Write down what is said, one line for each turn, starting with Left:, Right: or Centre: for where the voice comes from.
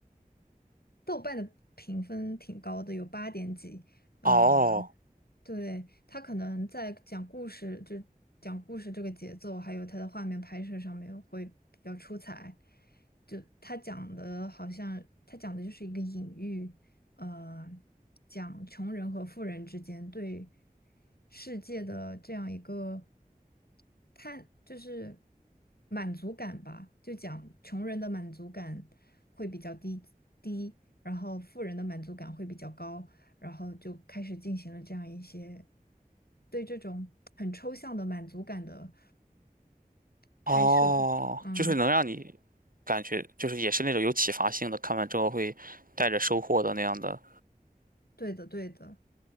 Left: 豆瓣的评分挺高的，有八点几。嗯、
Right: 哦
Left: 对，他可能在讲故事，就是讲故事这个节奏，还有他的画面拍摄上面会比较出彩。就他讲的好像，他讲的就是一个隐喻，呃，讲穷人和富人之间对世界的这样一个看，就是满足感吧，就讲穷人的满足感会比较低低，然后富人的满足感会比较高，然后就开始进行了这样一些对这种很抽象的满足感的拍摄。
Right: 哦，
Left: 嗯，
Right: 就是能让你感觉，就是也是那种有启发性的，看完之后会带着收获的那样的。
Left: 对的，对的，